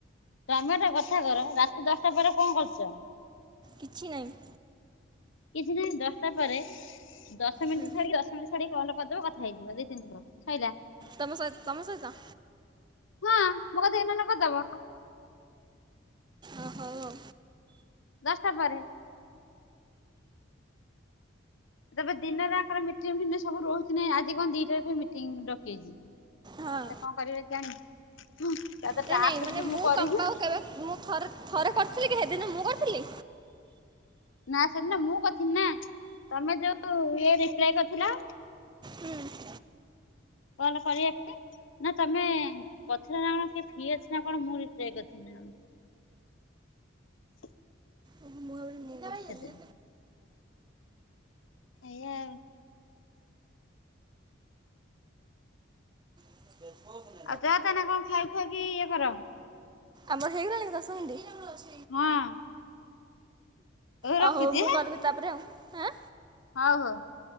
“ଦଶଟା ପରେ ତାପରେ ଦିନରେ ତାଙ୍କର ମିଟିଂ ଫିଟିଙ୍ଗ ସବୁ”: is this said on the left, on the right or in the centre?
Left